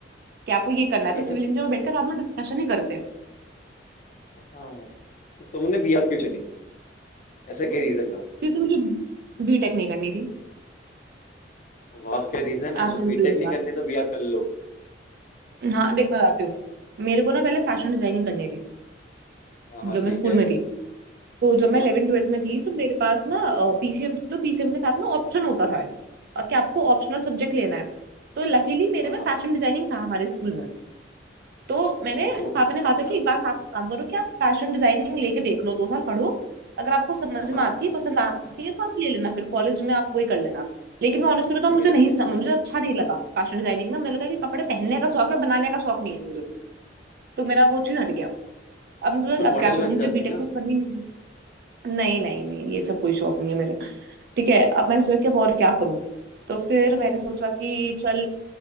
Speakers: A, on the right; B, on the left.
A: कि आपको ये करना है
B: ये
A: तो सिविल
B: तो
A: इंजीनियर में बैठकर साथ में डिस्कशन ही करते हैं
B: हाँ तो तुमने बिया क्यों चुनी ऐसा क्या रीजन था
A: क्योंकि मुझे बीटेक नहीं करनी थी
B: वाह क्या रीजन है
A: आज
B: मतलब
A: सिंपल
B: बीटेक
A: इज
B: नहीं करनी तो बिया कर लो
A: दैट हाँ देख मैं बताती हूँ मेरे को ना पहले फैशन डिजाइनिंग करनी थी
B: हाँ हाँ
A: जब
B: ठीक
A: मैं स्कूल
B: है
A: में थी तो
B: हाँ
A: जब मैं
B: हाँ
A: इलेवन ट्वेल्थ में थी तो मेरे पास ना पीसीएम थी तो पीसीएम के साथ ना ऑप्शन होता था अ, कि आपको ऑप्शनल सब्जेक्ट लेना है तो लकीली मेरे
B: हाँ
A: में
B: हाँ
A: फैशन डिजाइनिंग था हमारे स्कूल में तो मैंने
B: ओहो
A: पापा ने कहा
B: बढ़िया
A: था कि एक बार आप काम करो कि आप फैशन डिजाइनिंग लेके देख लो दो साल पढ़ो अगर आपको समझ
B: हाँ हाँ
A: में आती है पसंद आती है तो आप ले लेना फिर कॉलेज में आप वही कर लेना लेकिन मैं ऑनेस्टली बताऊं
B: ठीक
A: मुझे
B: है
A: नहीं
B: ठीक है
A: सम- मुझे अच्छा नहीं लगा फैशन डिजाइनिंग में मुझे लगा कि कपड़े पहनने का शौक है बनाने का शौक नहीं है मुझे तो मेरा वो चीज हट
B: हम्म,
A: गया
B: तो,
A: अब मुझे
B: तो
A: लगा,
B: फिर
A: अब
B: मॉडल
A: क्या करूं
B: बन
A: मुझे
B: जाती
A: बीटेक
B: ना
A: तो करनी नहीं नहीं नहीं नहीं ये सब कोई शौक नहीं है मेरा ठीक है अब मैंने सोचा कि अब और क्या करूं तो फिर मैंने सोचा कि चल